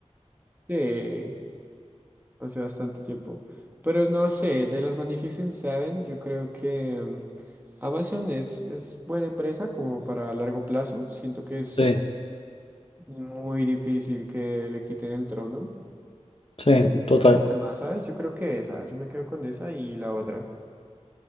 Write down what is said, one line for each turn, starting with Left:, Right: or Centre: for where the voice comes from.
Right: Sí, hace bastante tiempo. Pero no sé, de las Magnificent Seven, yo creo que mm, Amazon es, es buena empresa como para largo plazo. Siento que es
Left: Sí,
Right: muy difícil que le quiten el trono.
Left: sí, total.
Right: No sé cuál más, ¿sabes? Yo creo que esa, yo me quedo con esa y la otra.